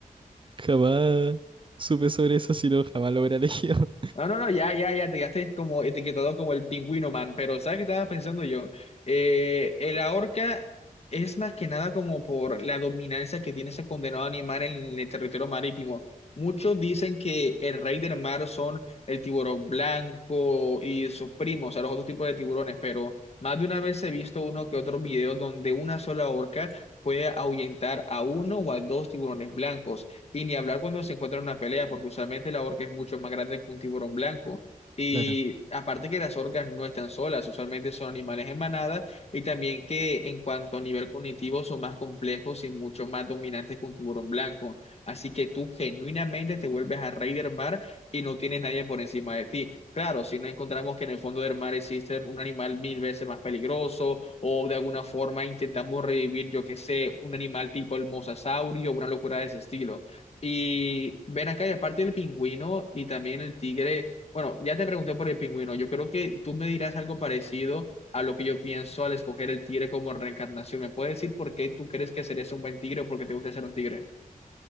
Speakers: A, on the right; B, on the left.
A: jamás supe sobre eso, sino jamás lo hubiera elegido.
B: No, no, no, ya, ya, ya, te quedaste como etiquetado como el pingüino man, pero ¿sabes qué estaba pensando yo? Eh, eh, la orca es más que nada como por la dominancia que tiene ese condenado animal en el territorio marítimo. Muchos dicen que el rey del mar son el tiburón blanco y sus primos, o sea, los otros tipos de tiburones, pero más de una vez he visto uno que otro video donde una sola orca puede ahuyentar a uno o a dos tiburones blancos. Y ni hablar cuando se encuentra en una pelea, porque usualmente la orca es mucho más grande que un tiburón blanco. Y
A: Claro.
B: aparte que las orcas no están solas, usualmente son animales en manada y también que en cuanto a nivel cognitivo son más complejos y mucho más dominantes que un tiburón blanco. Así que tú genuinamente te vuelves a rey del mar y no tienes nadie por encima de ti. Claro, si no encontramos que en el fondo del mar existe un animal mil veces más peligroso o de alguna forma intentamos revivir, yo qué sé, un animal tipo el mosasaurio o una locura de ese estilo. Y ven acá, y aparte del pingüino y también el tigre, bueno, ya te pregunté por el pingüino, yo creo que tú me dirás algo parecido a lo que yo pienso al escoger el tigre como reencarnación. ¿Me puedes decir por qué tú crees que serías un buen tigre o por qué te gusta ser un tigre?